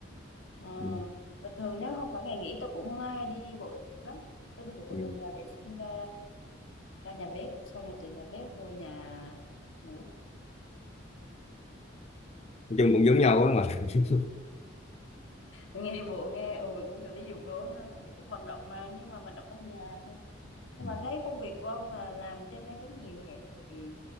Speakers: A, on the left (about 65°); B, on the left (about 30°).
A: Ờ,
B: ừ.
A: bình thường nếu không phải ngày nghỉ tôi cũng hay đi bộ lắm. Tôi đi bộ
B: Ừ. <laughs>
A: từ nhà vệ sinh ra ra nhà bếp, xong rồi từ nhà bếp vô nhà ngủ.
B: nói chung cũng giống nhau á mà <laughs>
A: Tôi nghe đi bộ nghe, ừ, cũng được đi dục đồ ha, thì cũng vận động mà, nhưng mà vận động trong nhà thôi. Nhưng
B: Ừ.
A: mà thấy công việc của ông là làm trên máy tính nhiều như vậy thì